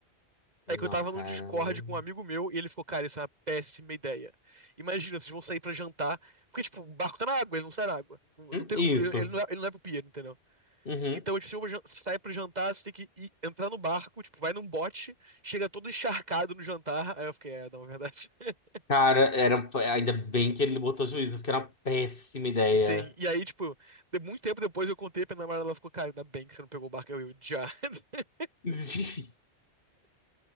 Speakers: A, on the left; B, on the right.
A: Não,
B: É que eu tava
A: cara.
B: no Discord
A: Uhum,
B: com um amigo meu e ele ficou, cara, isso é uma péssima ideia. Imagina, vocês vão sair pra jantar, porque, tipo, o barco tá na água, ele não sai na água. Não tem
A: isso.
B: como, ele não é, ele não é pro pier, entendeu?
A: Uhum.
B: Então, tipo, você sai pro jantar, você tem que ir- entrar no barco, tipo, vai num bote, chega todo encharcado no jantar. Aí eu fiquei, é, não, é verdade. <laughs>
A: Cara, era, ainda bem que ele botou juízo, porque era uma péssima ideia.
B: Sim, e aí, tipo, de muito tempo depois eu contei pra minha namorada, ela ficou, cara, ainda bem que você não pegou o barco, eu, eu já. <laughs>
A: <laughs>